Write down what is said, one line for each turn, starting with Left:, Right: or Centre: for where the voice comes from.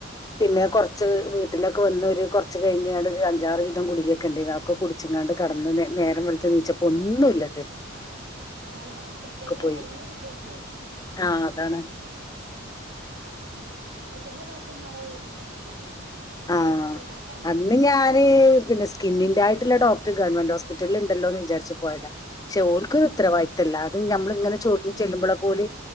Left: പിന്നെ കൊർച്ച് വീട്ടിലൊക്കെ വന്ന് ഒരു കൊർച്ച് കഴിഞ്ഞാണ്ട് ഒരു അഞ്ചാറ് വീതം ഗുളികക്കെ ഇണ്ടെനു അതൊക്കെ കുടിച്ചിങ്ങാണ്ട് കടന്ന് നേരം വെള്ത് നീച്ചപ്പോൊ ഒന്നുംുമല്ല
Right: ആഹ അതാണ് കൃത്യമായിട്ടുള്ള
Left: പോയി
Right: മരുന്ന് കിട്ടിയപ്പളെ ആഹ
Left: ആ അതാണ്
Right: ഉം അ ചെല ഡോക്ടർമാരത് വല്ിയ മെയിന്റ് ചെയ്യൂല എന്നാ ചില ഡോക്ടർമാർക്ക്
Left: ആഹ
Right: അത് കണ്ടാ മനസ്സിലാവും
Left: അന്ന് ഞാന് പിന്നെ സ്കിന്നിന്റെറെ ആയിട്ടുള്ള ഡോക്ടർ ഗവൺമെന്റ് ഹോ ഹസ്പിറ്റിൽ ഉണ്ടല്ലോന്ന് വിചാരിച്ച് പോയതാണ് പക്ഷെഓൾക്കൊരു
Right: ആഹ്
Left: ഉത്തരവാദിത്തവമ അത് നമ്മള ഇങ്ങനെ ചൊർഞ്
Right: അത് ശരിയാ
Left: ചെല്ലുമ്പളൊക്കെ ഓല്